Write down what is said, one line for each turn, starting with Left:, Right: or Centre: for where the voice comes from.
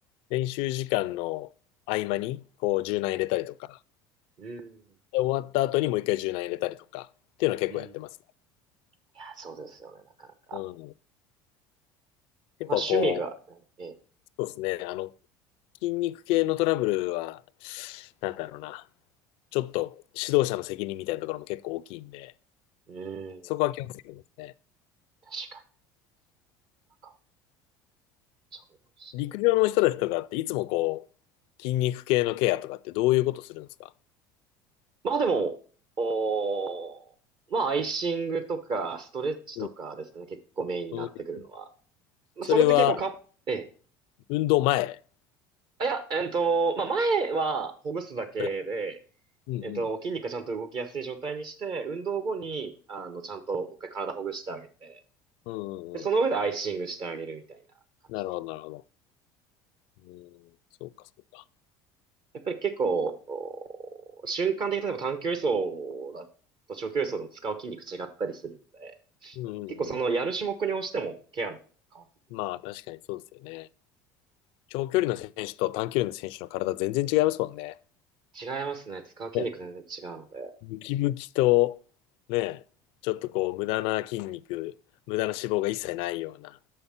Left: 練習時間の合間に、こう、柔軟入れたりとか、
Right: ね。うん。
Left: で終わった後にもう一回柔軟入れたりとか、っていうのは結構やってますね。
Right: うん。いや、そうですよね、なかなか。
Left: うん。結構こう、
Right: まあ、趣味が、ね。
Left: そうですね、あの、筋肉系のトラブルは、なんだろうな、ちょっと指導者の責任みたいなところも結構大きいんで、
Right: うん。
Left: そこは気をつけてますね。
Right: 確かになんか、そうですね。
Left: 陸上の人たちとかっていつもこう、筋肉系のケアとかってどういうことするんですか
Right: まあでも、おー、まあアイシングとか、ストレッチとかですかね、
Left: うん
Right: 結構メインになってくるのは。
Left: うん
Right: まあそれで結構か、
Left: それは
Right: ええ。
Left: 運動前
Right: あ、いや、えっと、まあ前はほぐすだけで、
Left: それうんうん。
Right: えっと、筋肉がちゃんと動きやすい状態にして、運動後に、あの、ちゃんともう一回体ほぐしてあげて、
Left: うんうんうん。
Right: で、その上でアイシングしてあげるみたいな感じです。
Left: なるほど、なるほど。うん、そうか、そうか。
Right: やっぱり結構、お瞬間的に例えば短距離走だと長距離走でも使う筋肉違ったりするので、
Left: うんうんうん。
Right: 結構そのやる種目に応じてもケアの方法が変わってきます。
Left: まあ、確かにそうですよね。長距離の選手と短距離の選手の体全然違いますもんね。
Right: 違いますね。使う筋肉全然違うので。
Left: ねムキムキと、ね、ちょっとこう、無駄な筋肉、無駄な脂肪が一切ないような、